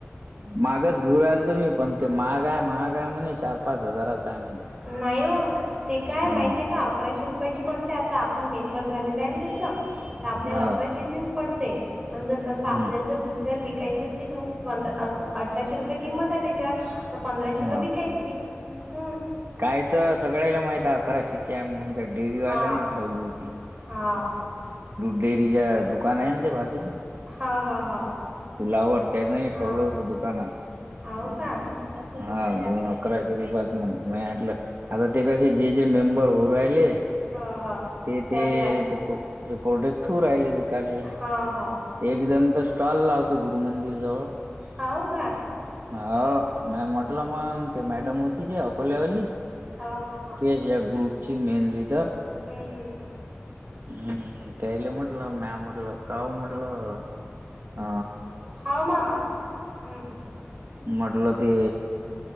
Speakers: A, on the right; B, on the right.
A: मागच घेऊ राल तुम्ही पण ते माहाग आहे महाग आहे म्हणे चार पाच हजाराचा आहे म्हणे
B: नाही हो ते काय
A: हम्म
B: माहिती आहे का अकराशे रुपयाची पडते आता आपण मेंबर झालेला आहे तेच आपल्याला
A: हो
B: लक्या पड जर तस
A: हम्म
B: आपल्याला दुस विकायची असली तर मग पंधरा अठराशे रुपये किंमत आहे त्याच्या तर पंधराशेला
A: हा
B: विकायची हम्म
A: कायच सगळ्याला माहित आहे अकराशेच्या आहे म्हणून त्या डेअरीवाल्यान
B: हा
A: ठेवली होती
B: हा
A: डेअरीच्या दुकान आहे ते बाजूच्या
B: हा हा हा
A: पुलावर त्यानाही
B: हा
A: ठेवलं होत दुकानात
B: हाव
A: हा
B: का
A: अकराशरात म म आता ते कसे जे जे मेंबर होऊ राहिले
B: हा हा
A: ते ते
B: त्यांना
A: ते ज प्रोडक्ट ठूर राहिले विकाले
B: ह हा
A: एक जण तर स्टॉल लावते गुरुमंदिर जवळ
B: होव का
A: हो म म्हटलं मग ते मॅडम होती ते अकोल्यावाली
B: हा हा हा
A: ते या ग्रुपची मेन लिडर
B: हम्म हम्
A: हम्म तैले म्हटलं मॅ म्हटलं काऊ म्हटलं अ
B: हा ममा हम्म हम्म
A: म्हटलं ते